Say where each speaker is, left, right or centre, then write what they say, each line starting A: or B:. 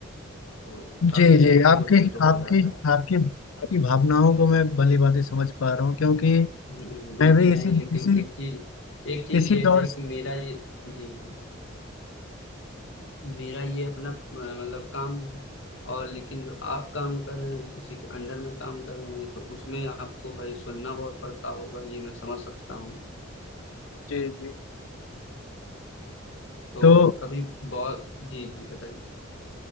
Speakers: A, on the left; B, on the left.
A: तो काफी
B: जी
A: हेक्टिक
B: जी आपकी
A: उसमें तो
B: आपकी
A: हो जाता है
B: आपकी आपकी भावनाओं को मैं भली भांति समझ पा रहा हूँ क्योंकि
A: हम्म, जी
B: मैं
A: जी
B: भी
A: नहीं
B: इसी
A: लेकिन
B: इसी
A: एक चीज एक चीज
B: इसी
A: ये
B: दौर
A: है
B: से
A: कि मेरा ये जी जी मेरा ये अपना अ, मतलब काम है और लेकिन जो आप काम कर रहे हैं किसी के अंडर में काम कर रहे हैं तो उसमें आपको भाई सुनना बहुत पड़ता होगा ये मैं समझ सकता हूँ
B: जी जी
A: तो
B: तो
A: कभी बहुत जी जी बताइए